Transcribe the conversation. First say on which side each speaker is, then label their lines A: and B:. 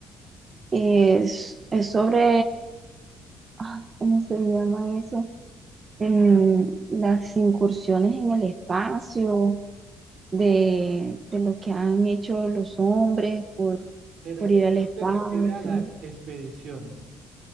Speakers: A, on the right; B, on the right.
A: Es, es sobre, ay, ¿cómo se llama eso? en las incursiones en el espacio, de, de lo que han hecho los hombres por,
B: ¿Será
A: por
B: que
A: ir al
B: tú
A: espacio.
B: te refieres a las expediciones?